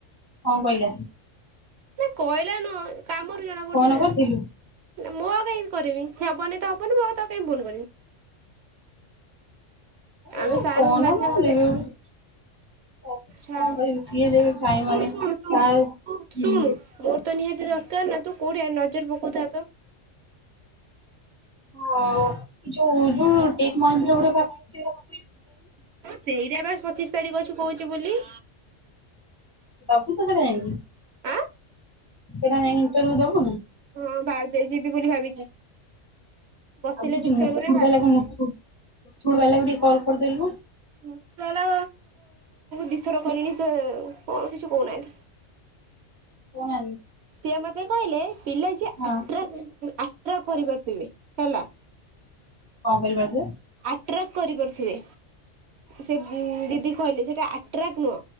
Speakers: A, on the left; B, on the right.
A: କଣ କହିଲା?
B: ସେ କହିଲା ନୁହ କାମରୁ ଜଣା ପଡୁଛି
A: ଫୋନ
B: ନା।
A: କରିଥିଲୁ
B: ନା ମୁଁ ଆଉ କାଇଁକି କରିବି ହେବନିଁ ତ ହେବନି ମୁଁ ଆଉ ତାକୁ କାହିଁ ଫୋନ କରିବି। ଆମେ
A: ହଁ
B: ସାରଙ୍କ
A: କହନା
B: ମାଧ୍ୟମରେ
A: ମା ଯିବି ବୋଲି କଣ
B: ଛାଡ଼
A: କହିବି ସିଏ ଦେବି ଖାଇବନି
B: ଶୁଣୁ ଶୁଣୁ
A: ତା
B: ଶୁଣୁ ଶୁଣୁ
A: ହୁଁ
B: ମୋର ତ ନିହାତି
A: ହୁଁ
B: ଦରକାର ନା ତୁ କୋଉଠି ନଜର ପକଉଥାତ।
A: ହଁ ଯୋଉ ଯୋଉ ଟେକ ମହେନ୍ଦ୍ର ଗୋଟେ କରିଚି କରିଚି।
B: ସେଇଟା ବା ପଚିଶ ତାରିଖ ଅଛି କହୁଚି ବୁଲି।
A: ସବୁତକ ଯାଇନି।
B: ଆଁ
A: ସେଇଟା ଜାଇକି ଇଣ୍ଟର୍ୟୁବୁ ଦୋବୁନୁ?
B: ହଁ ଭାଉ ଦେଇ ଯିବି ବୋଲି ଭାବିଛି। ବସିଲେ
A: ଆଉ ସେ ଯୋଉ
B: କିଛି
A: ମୁୁଥୁଟୁ
B: ହବନି ଭାବି
A: ବାଲା ମୁୁଥୁ ମୁଥୁଟୁ ବାଲାକୁ ଟିକେ କଲ କରିଦେଲୁ ନୁ।
B: ମୁଥିଟୁ ବାଲା ଦିଇଥର କହିଲିଣି ସେ କଣ କିଛି କହୁନାହାନ୍ତି।
A: ଉଠୋଉ ନାହାନ୍ତି?
B: ସିଏ ମତେ କହିଲେ ପିଲା ଯେ
A: ହଁ।
B: ଆଟ୍ରାକ କରିପାରିଥିବେ ହେଲା।
A: କଣ କରିପାରୁଥିବେ?
B: ଆଟ୍ରାକ କରିପାରୁଥିବେ ସେ ଦିଦି କହିଲେ ସେଟା ଆଟ୍ରାକ୍ ନୁହଁ।